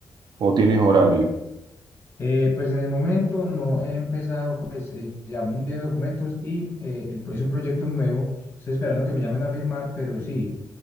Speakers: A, on the right; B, on the left.
A: o tienes horario.
B: Eh, pues en el momento no he empezado, pues eh, ya envié documentos y eh, el pro- es un proyecto nuevo. Estoy esperando que me llamen a firmar, pero sí,